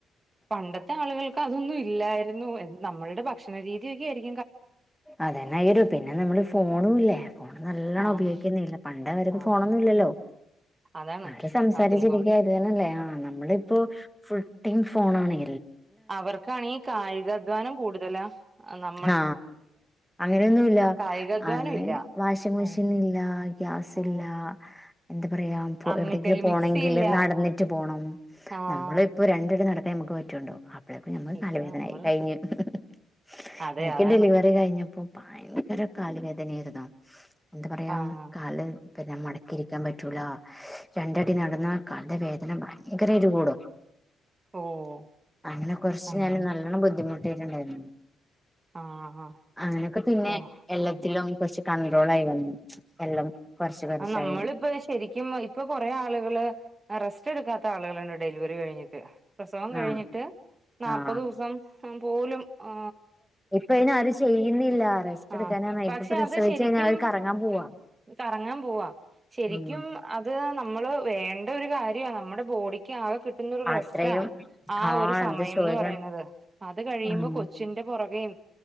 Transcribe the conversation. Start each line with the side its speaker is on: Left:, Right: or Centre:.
Right: പണ്ടത്തെ ആളുകൾ അതൊന്നും ഇല്ലായിരുന്നു നമ്മളുടെ ഭക്ഷണരീതിയൊക്കെ ആയിരിക്ക
Centre: അതന്നെയൊരു പിന്നെ നമ്മള് ഫോണുല്ലേ നല്ലവണം
Right: ആഹ്
Centre: ഉപയോഗിക്കുന്നില്ലേ പണ്ടേ അവരത്
Right: ആഹ്
Centre: ഫോണൊന്നും ഇല്ലല്ലോ
Right: അതാണ്
Centre: അവര് സംസാരിച്ചിരിക്ക
Right: അതും കൂടി
Centre: ഇത് തന്നല്ലേ ആഹ് ആ നമ്മൾ ഇപ്പോ ഫുൾ ടൈം ഫോൺ ആണെ
Right: അവർക്കാണ് ഈ കായികാധ്വാനം കൂടുതലാ നമ
Centre: ആ അങ്ങനെയൊന്നുമില്ല
Right: കായികാധ്വാനം
Centre: അന്ന്
Right: ഇല്ല
Centre: വാഷിംങ്മെഷീൻ
Right: ആഹ്
Centre: ഇല്ല ഗ്യാസ്
Right: ആഹ്
Centre: ഇല്ല എന്ത പറയാ
Right: അമ്മിക്കല്ല്
Centre: എവിടെയെങ്കിലും പോണങ്കിൽ
Right: മിക്സി ഇല്ല
Centre: നടന്നിട്ട് പോണം
Right: ആഹ്
Centre: നമ്മൾ ഇപ്പൊ രണ്ടടി നടക് അ <unintelligible> നമുക്ക് പറ്റുണ്ടോ <inaudible> നമുക്ക്
Right: ഇപ്പൊ
Centre: തലവേദനായി
Right: നമ്മള്
Centre: <unintelligible>
Right: അതെ
Centre: എനിക്ക്
Right: അതാണ്
Centre: ഡെലിവറി കഴിഞ്ഞപ്പോ ഭയങ്കര കാല് വേദനായിരുന്നു എന്ത പറയാ
Right: ആഹ്
Centre: കാല് മടക്കി ഇരിക്കാൻ പറ്റൂല രണ്ടടി നടന്ന കാലിൻ്റെ വേദന ഭയങ്കരമായിട്ട് കൂടും.
Right: ഓഹ്
Centre: അങ്ങനെ കുറച്ച്
Right: അങ്ങനെ
Centre: ഞാൻ നല്ലോണം ബുദ്ധിമുട്ട് <unintelligible>
Right: ആഹ് ആഹ്
Centre: അങ്ങനെയൊക്കെ പിന്നെ
Right: ഓഹ്
Centre: എല്ലത്തിലും കുറച്ച് കൺട്രോൾ ആയി വന്നു എല്ലാം കുറച്ച് കുറച്ചായി
Right: ആ നമ്മളിപ്പ ശരിക്കും ഇപ്പൊ കൊറെ ആളുകള് റെസ്റ്റ് റെസ്റ്റ് എടുക്കാത്ത ആളുകളുണ്ട് ഡെലിവറി കഴിഞ്ഞിട്ട് പ്രസവം കഴിഞ്ഞിട്ട്
Centre: ആഹ്
Right: നാല്പ്പത്
Centre: ആഹ്
Right: ദിവസം ആ പോലും ആ
Centre: ഇപ്പ ഇനിയാരും ചെയ്യുന്നില്ല റെസ്റ്റ്
Right: ആ
Centre: എടുക്കാനാണ്
Right: പക്ഷെ
Centre: ഇപ്പൊ പ്രസവിച്ച്
Right: അത് ശരിക്കും
Centre: കഴിഞ്ഞാൽ അവര് കറങ്ങാൻ പോവാ
Right: കറങ്ങാൻ പോവാ ശരിക്കും
Centre: ഉം
Right: അത് നമ്മൾ വേണ്ട ഒരു കാര്യമാണ് നമ്മുടെ ബോഡിക്ക് ആകെ കിട്ടുന്ന ഒരു
Centre: അത്രയും
Right: റെസ്റ്റാ ആ
Centre: ആഹ്
Right: ഒരു സമയമെന്ന്
Centre: എന്ത് ചോദിക്കണം
Right: പറയുന്നത് അത് കഴിയുമ്പോ
Centre: ഉം
Right: കൊച്ചിന്റെ പുറകേയും